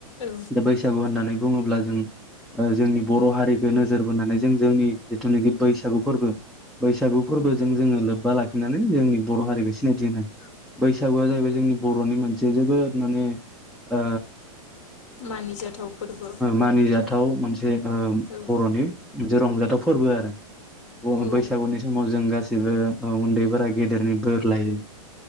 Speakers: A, on the left (about 55°); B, in the centre.
A: औ।
B: दा बैसागु होननानै बुङोब्ला जों। जोंनि बर' हारिखौ नोजोर बोनानै जों जोंनि जिथुनाखि बैसागु फोरबो। बैसागु फोरबोजों
A: औ
B: जोङो लाखिनानै जोंनि बर' हारिखौ होनाय। बैसागुआ जाहैबाय जोंनि बर'नि मोनसे जोबोद माने ओ।
A: मानिजाथाव फोरबो औ
B: मानिजाथाव मोनसे
A: औ
B: बर'नि। रंजाथाव फोरबो आरो
A: औ
B: बैसागुनि समाव जों गासैबो। गेबो उन्दैफोरा गेदेरनि बोर लायो